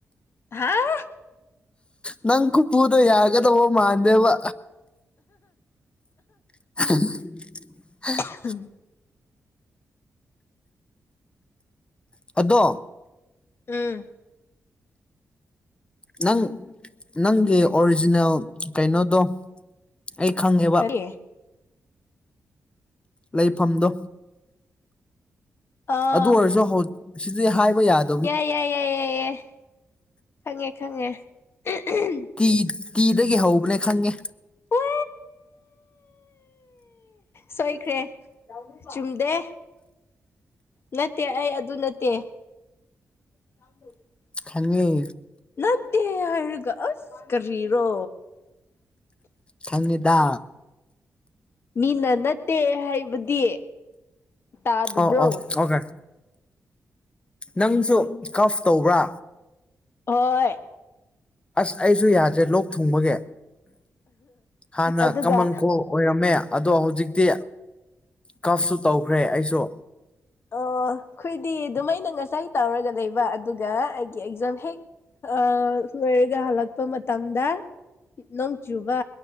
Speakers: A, on the left (about 55°); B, on the left (about 20°).
A: <unintelligible>
B: ꯅꯪ ꯀꯨ ꯄꯨꯗ ꯌꯥꯒꯗꯕ ꯃꯥꯥꯟꯗꯦꯕ <unintelligible>
A: <unintelligible>
B: ꯑꯗꯣ
A: ꯎꯝ
B: ꯅꯪ ꯅꯪꯒꯤ ꯑꯣꯔꯤꯖꯤꯅꯦꯜ ꯀꯩꯅꯣꯗꯣ ꯑꯩ ꯈꯪꯉꯦꯕ꯫
A: ꯀꯔꯤ
B: ꯂꯩꯐꯝꯗꯣ
A: ꯑꯣ
B: ꯑꯗꯨ ꯑꯣꯏꯔꯁꯨ ꯍꯧ ꯁꯤꯗꯤ ꯍꯥꯏꯕ ꯌꯥꯗꯦ
A: ꯌꯥꯏ ꯌꯥꯏ ꯌꯥꯏ ꯌꯥꯏ ꯌꯥꯏ ꯈꯪꯉꯦ ꯈꯪꯉꯦ <unintelligible>
B: ꯇꯤ ꯇꯤꯗꯒꯤ ꯍꯧꯕꯅꯦ ꯈꯪꯉꯦ꯫
A: <unintelligible> ꯑꯦ ꯁꯣꯏꯈ꯭ꯔꯦ ꯆꯨꯝꯗꯦ ꯅꯠꯇꯦ ꯑꯩ ꯑꯗꯨ ꯅꯠꯇꯦ꯫ <unintelligible>
B: ꯈꯪꯉꯤ
A: ꯅꯠꯇꯦ ꯍꯥꯏꯔꯒ ꯑꯁ ꯀꯔꯤꯔꯣ
B: ꯈꯪꯉꯤꯗ
A: ꯃꯤꯅ ꯅꯠꯇꯦ ꯍꯥꯏꯕꯗꯤ ꯇꯥꯗꯕ꯭ꯔꯣ
B: ꯑꯥꯎ ꯑꯧ ꯑꯣꯀꯦ ꯅꯪꯁꯨ ꯀꯐ ꯇꯧꯕ꯭ꯔꯥ꯫
A: ꯍꯣꯏ
B: ꯑꯁ ꯑꯩꯁꯨ ꯌꯥꯗ꯭ꯔꯦ ꯂꯣꯛ ꯊꯨꯡꯕꯒꯤ ꯍꯥꯟꯅ
A: ꯑꯗꯨꯒ
B: ꯀꯃꯟꯀꫭꯜ ꯑꯣꯏꯔꯝꯃꯦ ꯑꯗꯣ ꯍꯧꯖꯤꯛꯇꯤ ꯀꯞꯁꯨ ꯇꯧꯈ꯭ꯔꯦ ꯑꯩꯁꯨ
A: ꯑꯣ ꯑꯩꯈꯣꯏꯗꯤ ꯑꯗꯨꯃꯥꯏꯅ ꯉꯁꯥꯏ ꯇꯥꯎꯔꯒ ꯂꯩꯕ ꯑꯗꯨꯒ ꯑꯩꯒꯤ ꯑꯦꯛꯖꯥꯝ ꯍꯦꯛ ꯑ ꯂꯣꯏꯔꯒ ꯍꯜꯂꯛꯄ ꯃꯇꯝꯗ ꯅꯣꯡ ꯆꯨꯕ